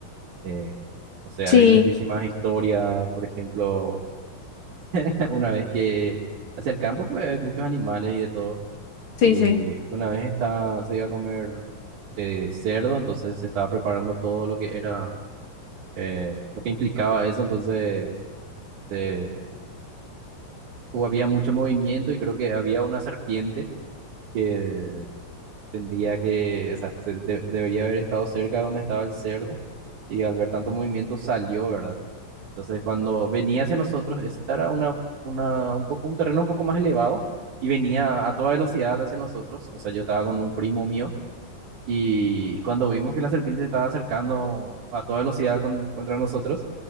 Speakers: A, on the right (about 65°); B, on the left (about 40°).
A: eh, o sea,
B: Sí,
A: hay muchísimas historias, por ejemplo, <laughs> una vez que hacia el campo, pues hay muchos animales y de todo.
B: sí,
A: Y
B: sí.
A: una vez está, se iba a comer eh, cerdo, entonces se estaba preparando todo lo que era, eh, lo que implicaba eso, entonces eh, o había mucho movimiento y creo que había una serpiente que tendría que, o sea, se de- debería haber estado cerca de donde estaba el cerdo y al ver tanto movimiento salió, ¿verdad? Entonces cuando venía hacia nosotros, ese era una, una, un poco, un terreno un poco más elevado y venía a toda velocidad hacia nosotros, o sea, yo estaba con un primo mío y cuando vimos que la serpiente se estaba acercando a toda velocidad con- contra nosotros,